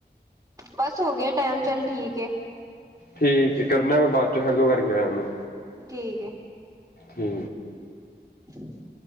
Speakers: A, on the right; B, on the left.
A: ਬਸ ਹੋ ਗਿਆ ਟਾਈਮ, ਚੱਲ ਠੀਕ ਏ।
B: ਠੀਕ ਜੀ ਕਰਨਾ ਮੈਂ ਬਾਅਦ ਚੋਂ, ਹੈਲੋ ਕਰਕੇ ਆਇਆ ਉਹਨੂੰ
A: ਠੀਕ ਏ
B: ਕਿ
A: ਹਮ। <unintelligible>